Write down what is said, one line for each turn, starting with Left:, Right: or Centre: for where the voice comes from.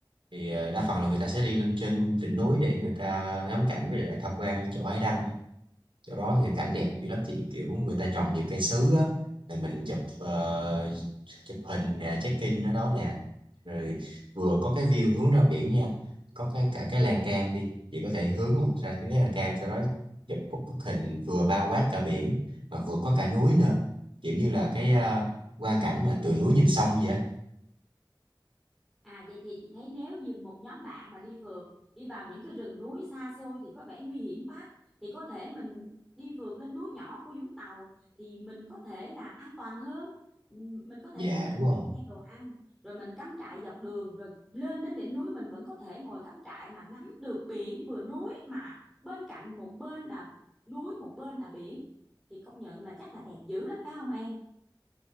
Right: thì ờ, đa phần là người ta sẽ đi lên trên đỉnh núi để người ta ngắm cảnh với lại tham quan chỗ Ái Đăng chỗ đó thì cảnh đẹp dữ lắm chị kiểu người ta trồng nhiều cây sứ á rồi mình chụp ờ, chụp hình nè check in ở đó nè rồi vừa có cái view hướng ra biển nha có cái cả cái lan can đi chị có thể hướng mặt ra phía cái lan can sau đó chụp một bức hình vừa bao quát cả biển mà vừa có cả núi nữa kiểu như là cái ờ, quang cảnh mà từ núi nhìn sông vậy á
Centre: À vậy thì chị thấy nếu như một nhóm bạn mà đi phượt đi vào những cái rừng núi xa xôi thì có vẻ nguy hiểm quá thì có thể mình đi phượt lên núi nhỏ của Vũng Tàu thì mình có thể là an toàn hơn Ừm, mình có thể
Right: dạ
Centre: cắm
Right: đúng
Centre: trại
Right: rồi
Centre: đem theo đồ ăn rồi mình cắm trại dọc đường rồi lên đến đỉnh núi mình vẫn có thể ngồi cắm trại mà ngắm được biển vừa núi mà bên cạnh một bên là núi một bên là biển thì công nhận là chắc là đẹp dữ lắm phải không em